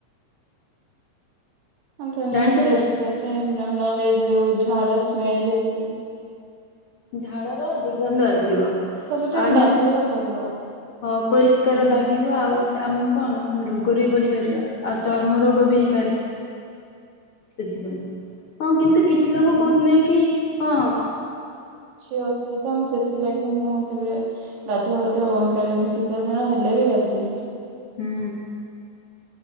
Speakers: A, on the right; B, on the left.
A: ହଁ ତ
B: ଜାଣିଛ
A: ନିହାତି ଦରକାର।
B: ତମେ?
A: କାହିଁକି? ନ ନହେଲେ ଏଇ ଯୋଉ ଝାଳ ସ୍ମେଲ ହେଇଯିବ।
B: ଝାଳର ଦୁର୍ଗନ୍ଧ ଆସ୍ ଥିବ
A: ସବୁଦିନ
B: ଆମେ
A: ଗାଧେଇବା
B: କଣ
A: ଭଲ
B: ହଁ ପରିଷ୍କାର
A: ହୁଁ
B: ଲାଗିବ ଆଉ ଆମ କଣ ଆମେ ରୋଗରେ ବି ପଡ଼ି ପାରିବା ଆଉ ଚର୍ମ ରୋଗ ବି ହେଇପାରେ। ସେଥିପାଇଁ। ହଁ କିନ୍ତୁ କିଛି
A: ହଁ
B: ଲୋକ କହୁଥୁଲେ କି ହଁ
A: ଛି ଅସୁବିଧା। ମୁଁ ସେଥିଲାଗି ମୁଁ ଆଉ କେବେ ଗାଧୁଆ ବାଧୁଆ ବନ୍ଦ କରେନି ଶୀତ ଦିନ ହେଲେ ବି ଗାଧେଇବି।
B: ହୁଁ।